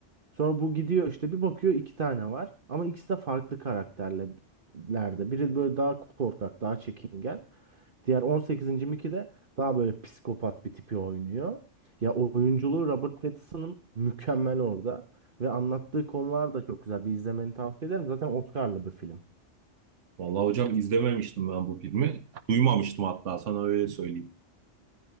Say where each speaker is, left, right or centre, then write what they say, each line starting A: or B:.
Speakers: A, on the right; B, on the right.
A: Sonra bu gidiyor işte bir bakıyor iki tane var. Ama ikisi de farklı karakterlerde. Biri böyle daha korkak, daha çekingen. Diğer on sekizinci Mickey de daha böyle psikopat bir tipi oynuyor. Ya oyunculuğu Robert Pattinson'ın mükemmel orada. Ve anlattığı konular da çok güzel. Bir izlemeni tavsiye ederim. Zaten Oscar'lı bir film.
B: Vallahi hocam izlememiştim ben bu filmi. Duymamıştım hatta sana öyle söyleyeyim.